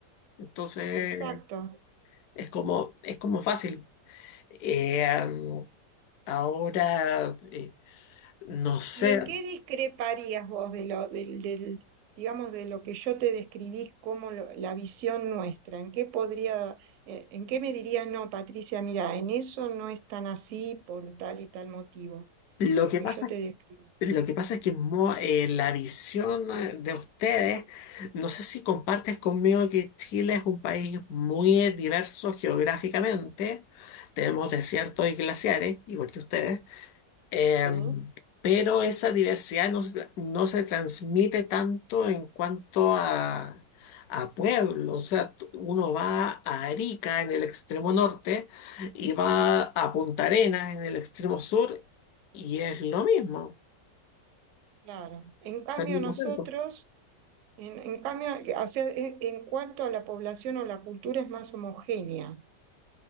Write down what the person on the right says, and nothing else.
exacto.
¿Y en qué discreparías vos de lo, del, del, digamos, de lo que yo te describí como lo- la visión nuestra? ¿En qué podría, eh, en qué me dirías, no, Patricia, mira, en eso no es tan así por tal y tal motivo,
de lo
que
yo te describí?
Sí.
Claro. En cambio,
nosotros,
en, en cambio, o sea, e- en cuanto a la población o la cultura es más homogénea.